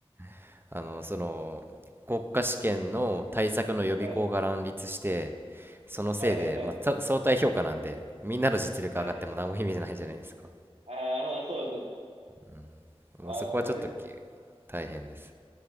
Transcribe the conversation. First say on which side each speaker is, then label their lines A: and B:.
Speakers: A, on the right; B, on the right.
A: <laughs> あの、その、国家試験の対策の予備校が乱立して、
B: はい。
A: そのせいで、
B: はい、はい、はい。
A: まあ、た相対評価なんで、みんなの実力上がっても何も意味ないじゃないですか。
B: はい。ああ、まあそうですね。
A: うんまあ、
B: ああ、
A: そこはちょっとき
B: それ、
A: 大変です。